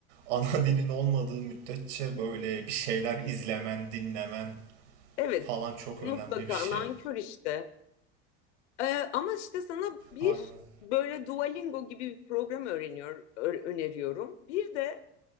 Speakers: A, on the right; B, on the left.
A: ana dilin olmadığı müddetçe böyle bir şeyler izlemen, dinlemen
B: Evet,
A: falan çok
B: mutlaka
A: önemli bir şey.
B: nankör işte. Ee, ama işte sana bir
A: Aynen.
B: böyle Duolingo gibi bir program öğreniyor, ö- öneriyorum. Bir de